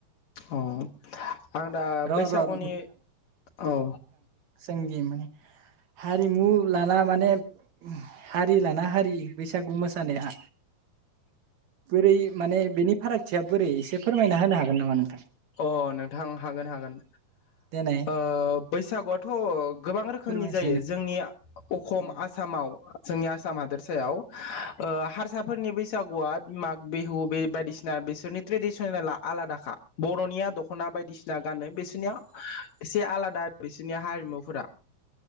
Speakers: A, on the left (about 80°); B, on the right (about 70°).
A: औ आं दा
B: र'
A: बैसागुनि
B: र'
A: औ
B: जोंगि माने हारिमु लाना माने हारि लाना हारि बैसागु मोसानाया बोरै माने बेनि फारागथिया बोरै एसे फोरमायना होनो हागोन नामा नोंथां?
A: अ नोंथां हागोन हागोन
B: देनाय
A: ओ बैसागुआथ' गोबां रोखोमनि
B: फोरमायसै
A: जायो जोंनि आ अ अखम आसामाव जोंनि आसाम हादोरसायाव ओ हारसाफोरनि बैसागुआ माग बिहु बे बायदिसिना बेसोरनि ट्रेडिसनेला आलादाखा। बर'निया दख'ना बायदिसिना गानाय बिसिनिया एसे आलादा बिसिनिया हारमुफोरा।